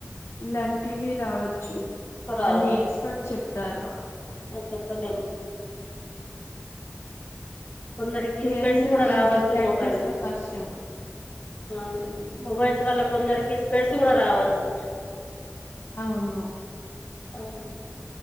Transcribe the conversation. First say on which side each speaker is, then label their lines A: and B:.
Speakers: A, on the left (about 60°); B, on the left (about 30°).
A: ఇలాంటివి రావచ్చు
B: రావచ్చు
A: అన్ని ఎక్స్పర్ట్ చెప్తారా
B: చెప్పలేము కొందరికి
A: థియరీలో
B: స్పెడ్స్ కూడా
A: ఈజీ
B: రావచ్చు
A: ప్రాక్టీస్
B: మొబైల్
A: లో కష్టం
B: అవునండి మొబైల్స్ వల్ల కొందరికి స్పెడ్స్ కూడా రావచ్చు
A: అవును
B: ఆహ్